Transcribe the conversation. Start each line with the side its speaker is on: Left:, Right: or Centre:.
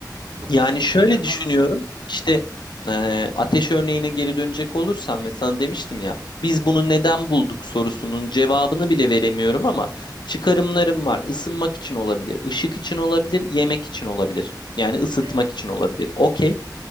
Right: Çok
Left: Yani
Right: şey
Left: şöyle
Right: geliyor
Left: düşünüyorum.
Right: bana da.
Left: İşte eee, ateş örneğine geri dönecek olursam ve sana demiştim ya biz bunu neden bulduk sorusunun cevabını bile veremiyorum ama çıkarımlarım var. Isınmak için olabilir, ışık için olabilir, yemek için olabilir. Yani ısıtmak
Right: Evet,
Left: için olabilir. Okey.